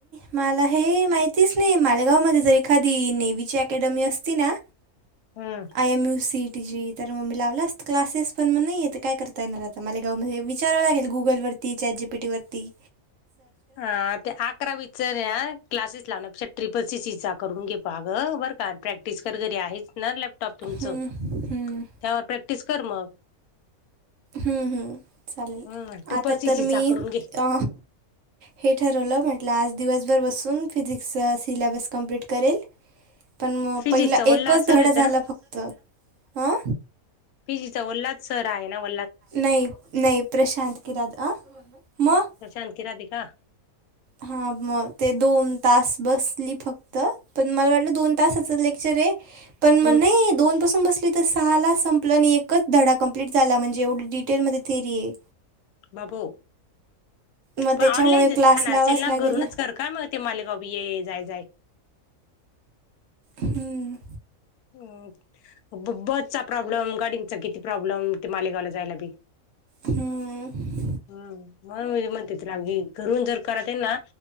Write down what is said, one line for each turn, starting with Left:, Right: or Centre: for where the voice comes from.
Right: माला हे माहितीच नाही. मालेगावमध्ये जर एखादी नेवीची अकॅडमी असती ना,
Left: हम्म.
Right: I M U C T जी तर म मी लावलं असत. क्लासेस पण मग नाही, त काय करता येणार आता मालेगावमध्ये विचारवं लागेल गुग गुगलवरती चाट जी पी टी वरती.
Left: अ ते अकरावी. चर या क्लासेस लावण्यापेक्षा ट्रिपल सीसी चा, करून घे पाग अगं बरं का प्रॅक्टिस कर घरी आहेच ना लॅप टॉप तुमच
Right: हम्म,
Left: त्यावर
Right: हम्म,
Left: प्रॅक्टिस कर मग.
Right: हम् हम्म चालेल.
Left: हम्म ट्रिपल
Right: आता
Left: सी
Right: तर
Left: सी
Right: मी
Left: चा करून घे
Right: अ हे ठरवलं म्हटलं आज दिवसभर बसून फिजिक्सचा सिल्याबस कंम्प्लीट करेल. पण, म
Left: फिजिक्सचा
Right: पहिला
Left: वल्ला
Right: एकच धडा
Left: सर आहे
Right: झाला
Left: ना
Right: फक्त हं.
Left: पीजीचा ओलात. सर आहे ना व
Right: नाही नाही प्रशांत <unintelligible>
Left: प्रशांत कि राधिका.
Right: हा मग ते दोन तास बसली फक्त. पण मला वाटलं दोन तासच लेक्चर ये. पण
Left: हम्म
Right: मग नई दोन पासून बसलीत. तर सहाला संपलं नी एकच धडा कंप्लीट झाला. म्हणजे येवडी डिटेलमध्ये थेरी ये.
Left: बाबो,
Right: मग
Left: पण
Right: त्याच्यामुळे
Left: ऑनलाईन जर
Right: क्लास
Left: छान
Right: लावाच
Left: असेल ना.
Right: लागेल
Left: घरूनच कर. काय मग ते मालेगाव बी, ये ये जाय जाय.
Right: हम्म.
Left: अंम ब बसचा प्रॉब्लेम गाडींचा किती प्रॉब्लेम ते मालेगावला जायला बी.
Right: हम्म.
Left: हम्म मग म्हणते त लागलीय घरून जर कराते ना.